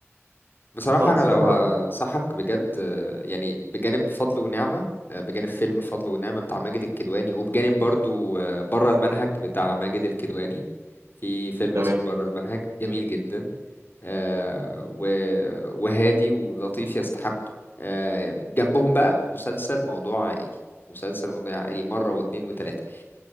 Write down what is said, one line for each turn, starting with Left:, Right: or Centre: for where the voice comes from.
Left: بصراحة
Right: خلاص
Left: أنا لو
Right: حلو
Left: هنصحك
Right: قوي
Left: بجد آه، يعني بجانب فضل ونعمة آه، بجانب فيلم فضل ونعمة بتاع ماجد الكدواني وبجانب برضو آه، بره المنهج بتاع ماجد الكدواني في فيلم
Right: تمام
Left: اسمه بره المنهج جميل جدا آه، و- وهادي ولطيف يستحق آه، جنبهم بقى مسلسل موضوع عائلي مسلسل موضوع عائلي مرة واتنين وتلاتة